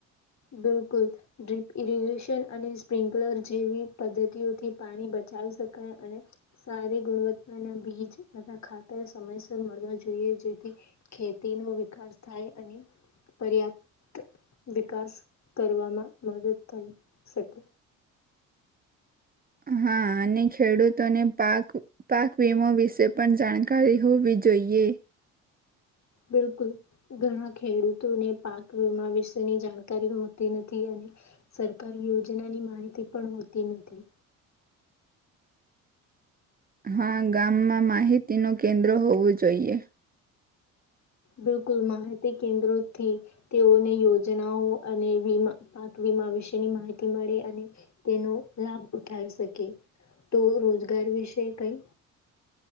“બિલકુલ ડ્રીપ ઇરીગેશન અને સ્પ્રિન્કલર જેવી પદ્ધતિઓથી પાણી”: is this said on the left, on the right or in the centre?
Left